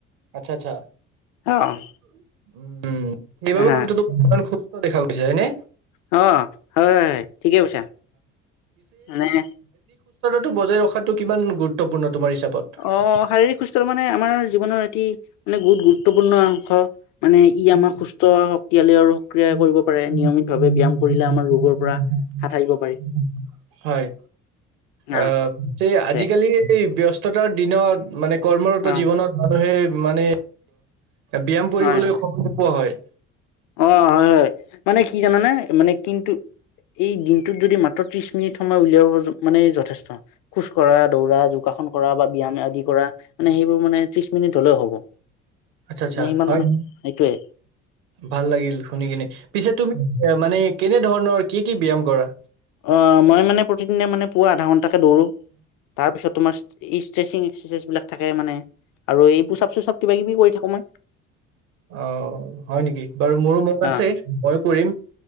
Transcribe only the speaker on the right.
আচ্ছা, আচ্ছা।
<unintelligible>
দেখা গৈছে হয়নে?
টো বজাই ৰখাটো কিমান গুৰুত্বপূৰ্ণ। তোমাৰ হিচাপত
<unintelligible>
হয়,
আ' আজিকালি
এই ব্যস্ত ব্যস্ততাৰ দিনত মানে কৰ্মৰত
জীৱনত মানুহে মানে ব্যায়াম কৰিবলৈ
হয়।
আচ্ছা আচ্ছা
হয়
ভাল লাগিল শুনি কিনে পিছে তুমি এ মানে কেনেধৰণৰ কি কি ব্যায়াম কৰা।
অ' হয় নেকি? বাৰু মোৰো মন
আছে ময়ো কৰিম